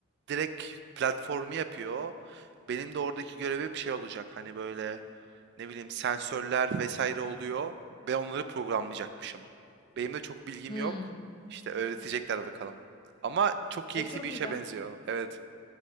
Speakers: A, on the right; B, on the left.
A: direkt platformu yapıyor. Benim de oradaki görevim şey olacak. Hani böyle ne bileyim sensörler vesaire oluyor. Ben onları programlayacakmışım. Benim de çok bilgim
B: Hı.
A: yok. İşte öğretecekler bakalım. Ama çok keyifli
B: E çok
A: bir işe
B: güzel.
A: benziyor. Evet.